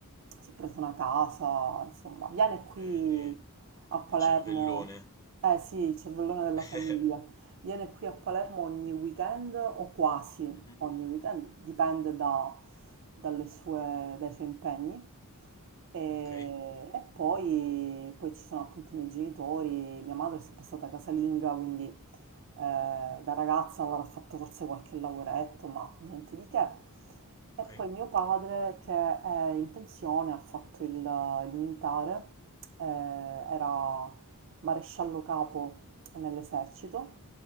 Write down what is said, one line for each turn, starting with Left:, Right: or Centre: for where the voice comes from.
Right: si è preso una casa, insomma, viene
Left: ok,
Right: qui
Left: quindi
Right: a Palermo,
Left: il cervellone.
Right: eh sì, il cervellone della
Left: <laughs>
Right: famiglia, viene qui a Palermo ogni weekend o quasi
Left: Mhm,
Right: ogni weekend, dipende da- dalle sue- dai suoi impegni. E,
Left: Ok,
Right: e poi, poi ci sono appunto i miei genitori, mia madre è sempre stata casalinga, quindi eh, da ragazza avrà fatto forse qualche lavoretto, ma niente di che. E
Left: ok.
Right: poi mio padre, che è in pensione, ha fatto il, il militare, eh, era maresciallo capo nell'esercito,